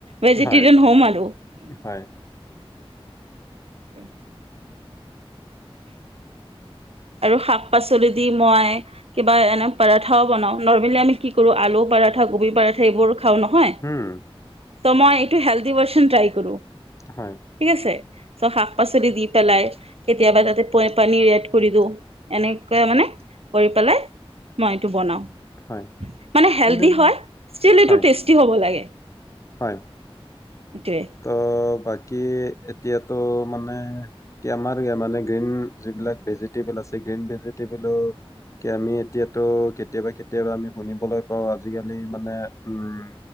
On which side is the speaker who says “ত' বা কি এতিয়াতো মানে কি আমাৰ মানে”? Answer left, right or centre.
Left